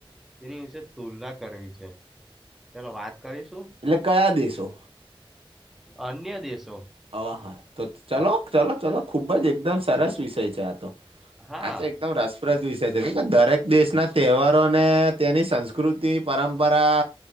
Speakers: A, in the centre; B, on the right.
A: તેની વિશે તુલના કરવી છે. ચલો વાત કરીશું?
B: એટલે કયા દેશો
A: અન્ય દેશો
B: અહા. તો ચલો ચાલો ચલો ખુબ જ એકદમ સરસ વિષય છે આ તો.
A: હા
B: આ તો એકદમ રસપ્રદ વિષ ષય છે. દરેક દેશના તહેવારોને તેની સંસ્કૃતિ, પરંપરા